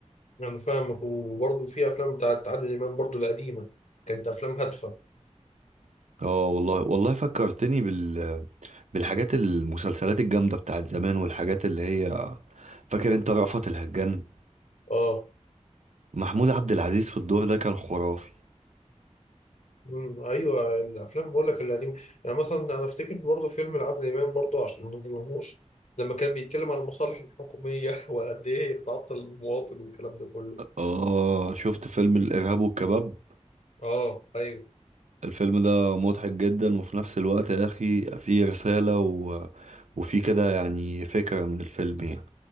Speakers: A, on the left (about 65°); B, on the right (about 70°).
A: انا فاهمك وبرضه في افلام بتاعت عادل امام برضه القديمه كانت افلام هادفه
B: اه والله والله فكرتني بال بالحاجات المسلسلات الجامدة بتاعت زمان والحاجات اللي هي فاكر انت رأفت الهجان
A: اه
B: محمود عبد العزيز في الدور ده كان خرافي
A: امم ايوه الافلام بقول لك القديمه يعني مثلا انا افتكر برضه فيلم لعادل امام برضه عشان ما نظلمهوش لما كان بيتكلم عن المصالح الحكوميه <laughs> وقد ايه هي بتعطل المواطن والكلام ده كله
B: اه شفت فيلم الإرهاب والكباب
A: اه ايوه
B: الفيلم ده مضحك جدا وفي نفس الوقت يا أخي فيه رسالة و... وفيه كده يعني فكرة من الفيلم يعني